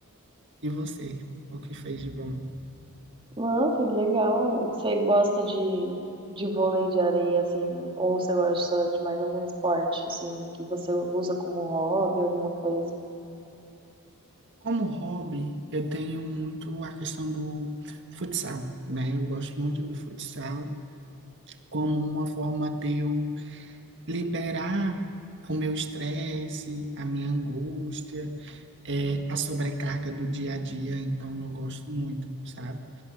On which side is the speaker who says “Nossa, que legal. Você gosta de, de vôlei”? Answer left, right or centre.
Right